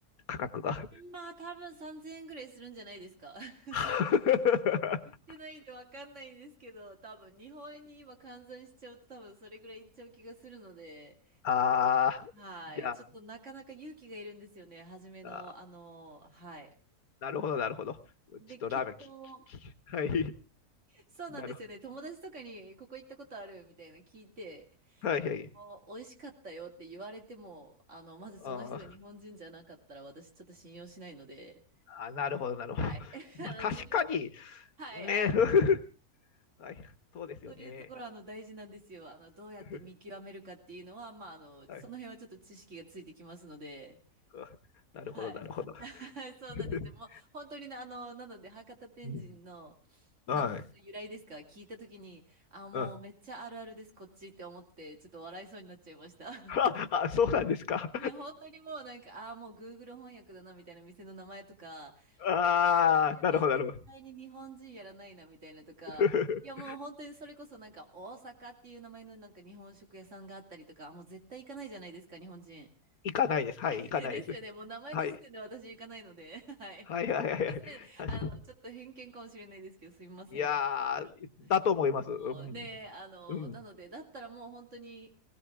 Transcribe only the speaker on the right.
まあ多分3000円ぐらいするんじゃないですか。<laughs>
行ってないんでわかんないんですけど、多分日本円に今換算しちゃうと多分それぐらいいっちゃう気がするので、
はい。
ちょっとなかなか勇気がいるんですよね。初めの、
あの、はい。
で、
きっと、
そうなんですよね。
友達とかにここ行ったことあるみたいな聞いて、
あ美味しかったよって言われても、あの、まずその人が日本人じゃなかったら私ちょっと信用しないので、
はい。<laughs> あの、
自分、はい、
あの、
そういうところ、あの、大事なんですよ。あの、どうやって見極めるかっていうのは、
まあ、あの、
その辺はちょっと知識がついてきますので、
はい。
<laughs> はい、そうなんですよ。
もう、本当にね、あの、なので、博多天神の名前の由来ですか、
聞いたときに、あ、もうめっちゃあるあるです、
こっちって思って、ちょっと笑いそうになっちゃいました。
いや、本当にもうなんか、ああ、もう Google 翻訳だなみたいな店の名前とか、
俺は絶対に日本人やらないなみたいなとか、
いや、もう本当にそれこそなんか、大阪っていう名前のなんか日本食屋さんがあったりとか、あもう絶対行かないじゃないですか、日本人。
<laughs>
ですよね、もう名前の時点で私行かないので、
<laughs> はい。
すみません、
あの、ちょっと偏見かもしれないですけど、すみませんと思いながらも。
そうねえ、あの、
なので、だったらもう本当に、